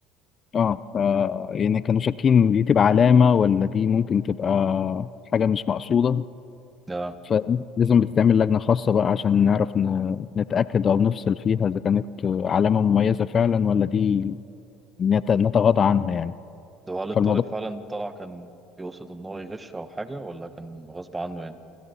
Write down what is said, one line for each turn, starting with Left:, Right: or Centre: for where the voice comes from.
Left: اه ف يعني كانوا شاكين دي تبقى علامة ولا دي ممكن تبقى حاجة مش مقصودة
Right: ده
Left: فلازم بتتعمل لجنة خاصة بقى عشان نعرف ن- نتأكد أو نفصل فيها إذا كانت علامة مميزة فعلا ولا دي نت- نتغاضى عنها يعني
Right: ده هل الطالب
Left: فالموضوع
Right: فعلا طلع كان بيقصد ان هو يغش او حاجه ولا كان غصب عنه يعني